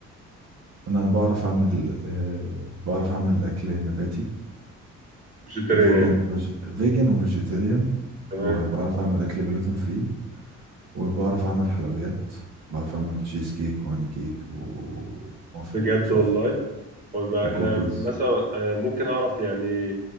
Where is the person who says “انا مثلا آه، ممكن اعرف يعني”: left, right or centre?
Right